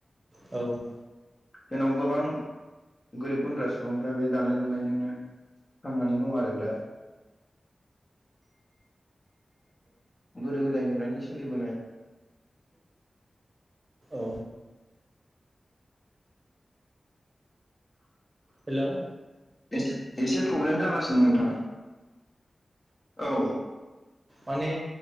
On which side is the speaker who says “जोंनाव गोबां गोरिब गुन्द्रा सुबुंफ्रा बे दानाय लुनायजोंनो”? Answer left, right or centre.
Left